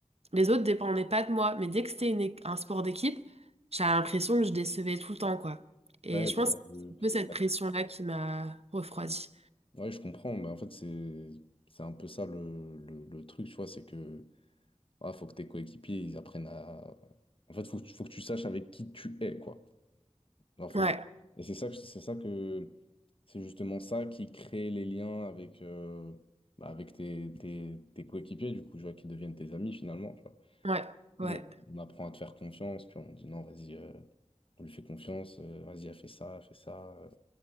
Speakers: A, on the right; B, on the left.
A: les autres dépendaient pas de moi. Mais dès que c'était une é- un sport d'équipe, j'avais l'impression que je décevais tout le temps, quoi. Et
B: Ouais,
A: je
B: bah,
A: pense que
B: euh,
A: c'est un peu cette
B: ouais,
A: pression-là qui m'a refroidie.
B: ouais, je comprends. Bah, en fait, c'est c'est un peu ça le, le, le truc, tu vois, c'est que ah, faut que tes coéquipiers ils apprennent à. En fait, faut, que tu- faut que tu saches avec qui tu es, quoi. Alors, faut-
A: Ouais,
B: Et c'est ça que c'est ça que c'est justement ça qui crée les liens avec euh, bah, avec tes, tes, tes coéquipiers, du coup, tu vois, qui deviennent tes amis finalement.
A: ouais, ouais.
B: Bon, on apprend à te faire confiance, puis on dit non, vas-y, euh, on lui fait confiance, euh, vas-y, elle fait ça, elle fait ça. euh.